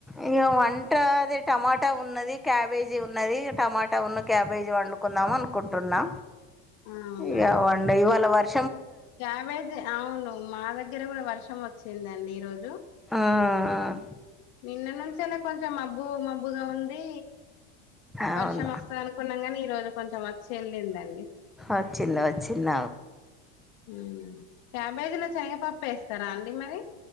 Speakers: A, in the centre; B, on the left (about 55°).
A: ఇగ వంట అది టమాటా ఉన్నది క్యాబేజీ ఉన్నది టమాటా ఉన్ను క్యాబేజీ వండుకుందా దాం అనుకుంటున్నా
B: అవునా
A: ఇగ
B: అండి
A: వండే ఇవాల వర్
B: క్యాబేజీ అవును మా దగ్గర గుడా వర్షం వచ్చిందండి ఈ రోజు
A: ఆ అ
B: నిన్న నుంచేనె కొంచెం మబ్బు మబ్బుగా ఉం ది
A: అవును
B: వర్షం వస్తది అనుకున్నాం గిని ఈ రోజు కొంచం వచ్చి ఎళ్ళిందండి
A: వచ్చింది వచ్చింది
B: ఉమ్ క్యాబేజ్లో చెయ్యప్ పప్పేస్తారా అండి మరి